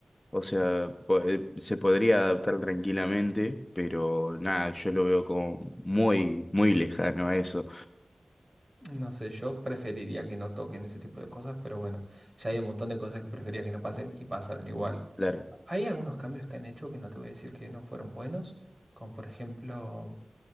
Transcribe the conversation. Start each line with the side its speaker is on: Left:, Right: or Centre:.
Left: O sea, po- eh, se podría adaptar tranquilamente, pero nada, yo lo veo como muy, muy lejano a eso.
Right: No sé, yo preferiría que no toquen ese tipo de cosas, pero bueno, ya hay un montón de cosas que prefería que no pasen y pasaron igual.
Left: Claro,
Right: Hay algunos cambios que han hecho que no te voy a decir que no fueron buenos, como por ejemplo...